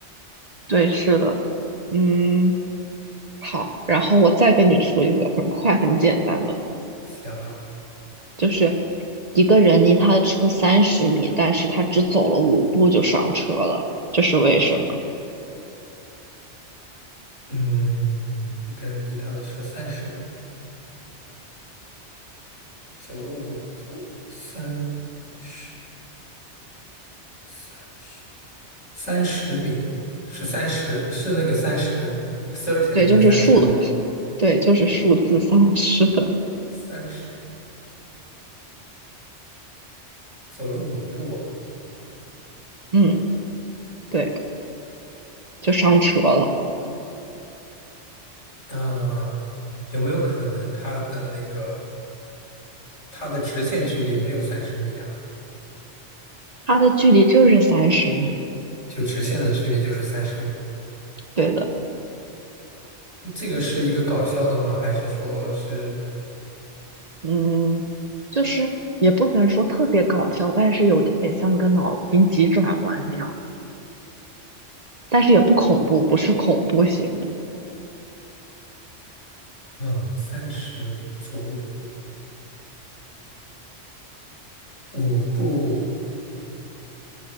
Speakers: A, on the right; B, on the left.
A: 对，是的，嗯。好，然后我再给你出一个很快很简单的，
B: 行啊，
A: 就是一个人离他的车三十米，但是他只走了五步就上车了，这是为什么？
B: 嗯，一个人离他的车三十米，走了五步，三十三十。三十米是三十，是那个三十 thirty
A: 对，
B: 的那个三十吗？
A: 就是数，对，就是数字三十，<laughs>
B: 三十走了五步，
A: 嗯，对，就上车了。
B: 嗯、有没有可能它的那个它的直线距离没有三十米啊？
A: 它的距离就是三十米，
B: 就直线的距离就是三十米，
A: 对的，
B: 这个是一个搞笑的吗？还是说是
A: 嗯，就是也不能说特别搞笑，但是有点像个脑筋急转弯那样的，但是也不恐怖，不是恐怖型的。
B: 嗯三十米走五步五步？